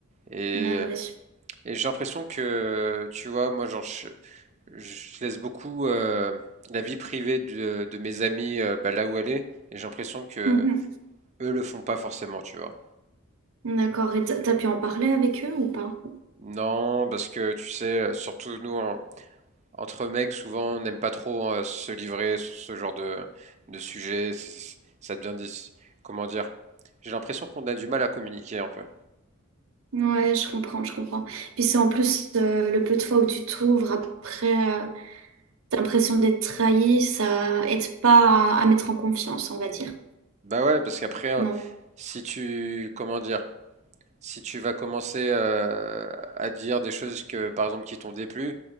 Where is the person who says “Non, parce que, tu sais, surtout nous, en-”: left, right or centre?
Right